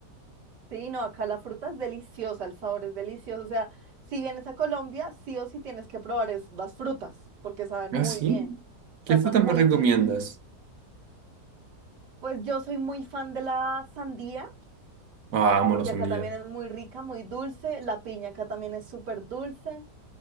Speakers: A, on the right; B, on the right.
A: Sí, no, acá la fruta es deliciosa, el sabor es delicioso. O sea, si vienes a Colombia, sí o sí tienes que probar es, las frutas, porque saben
B: Ah,
A: muy
B: sí.
A: bien. O
B: ¿Qué
A: sea,
B: frutas
A: son muy
B: me recomiendas?
A: dulces. Pues yo soy muy fan de la sandía.
B: Ah, amo
A: porque
B: la sandía.
A: acá también es muy rica, muy dulce. La piña acá también es súper dulce.